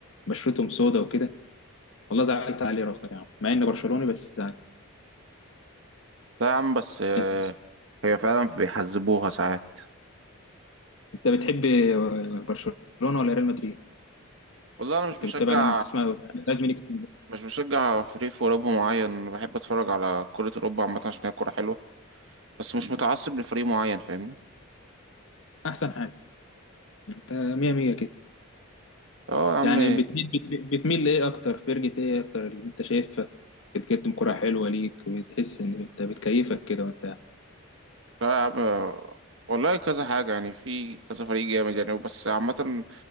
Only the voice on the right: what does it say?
لا يا عم بس آه
هي فعلا بيحذبوها ساعات
والله انا
مش بشجع
مش بشجع فريق في اوروبا معين بحب اتفرج على كرة اوروبا عامه عشان هي كوره حلوه بس مش متعصب لفريق معين فاهمني
اه يا عم
لا آه، والله كذا حاجة يعني في كذا فريق جامد يعني بس عامة